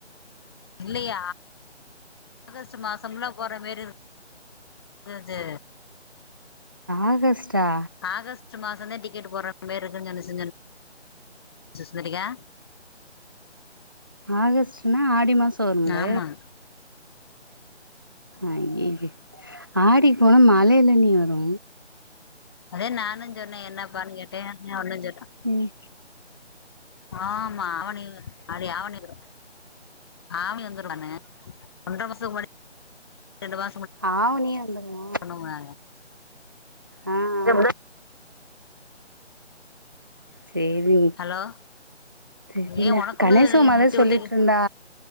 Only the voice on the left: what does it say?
இல்லையே ஆகஸ்ட்டு மாசம்னா போற மாரி இரு க்குது
ஆகஸ்ட்டு மாசதா டிக்கெட் போடுற மாரிக்குனு கணேஷ் சொன் <unintelligible>
ஆமா
அதே நானு சொன்னே என்னப்பானு கேட்டே ஒன்னு சொடா
ஆமா அவனில் அடி அவனில் ஆவனி வந்துரு தான ஒன்ற மாசத்துக்கு முன்னாடி ரெண்டு மா
னுங்க
ஹலோ
ஏ உனக்குள்ளது
விட்டு
விட்டு